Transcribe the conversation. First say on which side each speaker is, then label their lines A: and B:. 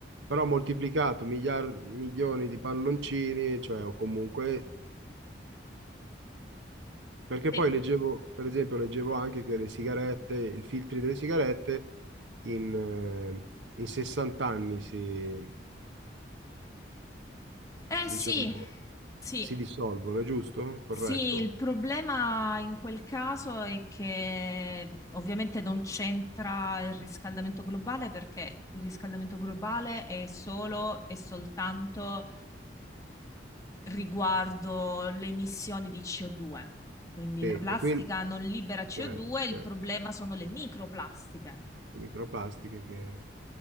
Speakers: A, on the right; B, on the left.
A: Però moltiplicato miliar- milioni di palloncini, cioè, o comunque Perché
B: sì.
A: poi leggevo, per esempio, leggevo anche che le sigarette, i filtri delle sigarette in, eh, in 60 anni si,
B: Eh
A: diciamo,
B: sì, sì.
A: si dissolvono, è giusto? Corretto?
B: Sì, il problema in quel caso è che ovviamente non c'entra il riscaldamento globale perché il riscaldamento globale è solo e soltanto riguardo le emissioni di CO2. Quindi
A: Sì,
B: la plastica
A: e quindi
B: non libera CO2,
A: cioè,
B: il
A: cioè,
B: problema sono le microplastiche.
A: le microplastiche che